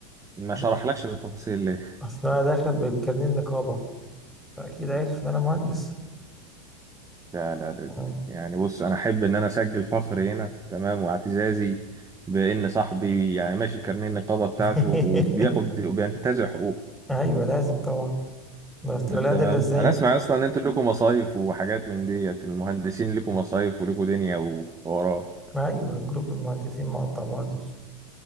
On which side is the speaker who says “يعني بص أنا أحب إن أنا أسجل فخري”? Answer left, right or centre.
Right